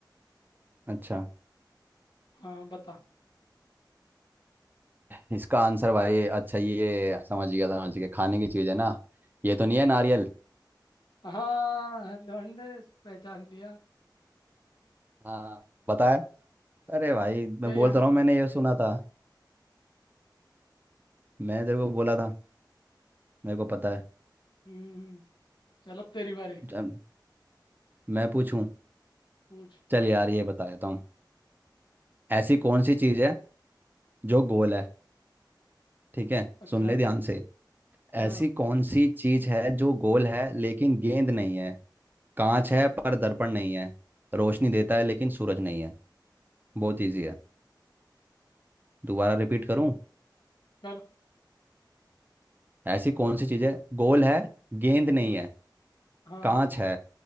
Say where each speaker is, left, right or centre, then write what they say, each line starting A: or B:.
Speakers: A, on the right; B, on the left.
A: अच्छा
B: हाँ बता
A: इसका आंसर भाई अच्छा ये समझ गया समझ गया खाने की चीज़ है ना ये तो नहीं है नारियल
B: हाँ लौंडे पहचान लिया
A: हाँ बताया अरे भाई मैं
B: यही
A: बोल
B: आंसर
A: तो रहा हूँ मैंने ये सुना था मैं तेरे को बोला था मेरे को पता है
B: हम्म चल अब तेरी बारी
A: चल, मैं पूछूं
B: पूछ
A: चल यार ये बता देता हूँ ऐसी कौन सी चीज़ है जो गोल है ठीक है
B: अच्छा
A: सुन ले ध्यान से
B: हाँ
A: ऐसी कौन सी चीज़ है जो गोल है लेकिन गेंद नहीं है कांच है पर दर्पण नहीं है रोशनी देता है लेकिन सूरज नहीं है बहुत इजी है दोबारा रिपीट करूं
B: कर
A: ऐसी कौन सी चीज है गोल है गेंद नहीं
B: हम्म
A: है
B: हाँ
A: कांच है